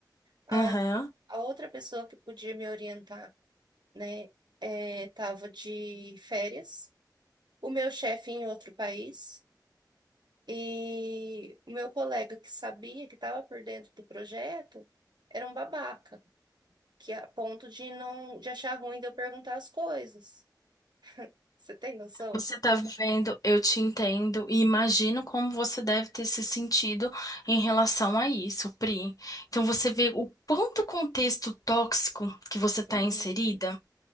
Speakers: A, on the right; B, on the left.
A: a,
B: Aham.
A: a outra pessoa que podia me orientar, né? estava de férias. o meu chefe em outro país e o meu colega que sabia que estava por dentro do projeto era um babaca, que a ponto de não de achar ruim de eu perguntar as coisas. Você tem noção?
B: Você tá vivendo, eu te entendo e imagino como você deve ter se sentido em relação a isso, Pri. Então você vê o quanto contexto tóxico que você está
A: Uhum.
B: inserida.